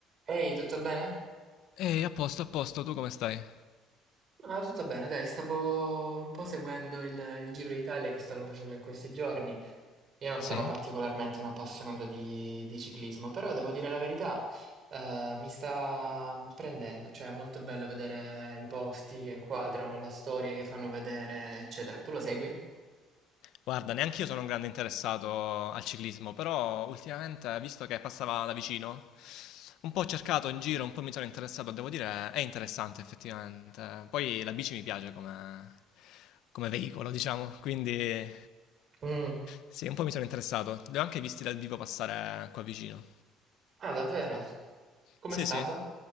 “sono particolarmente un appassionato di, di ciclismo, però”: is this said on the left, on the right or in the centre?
Right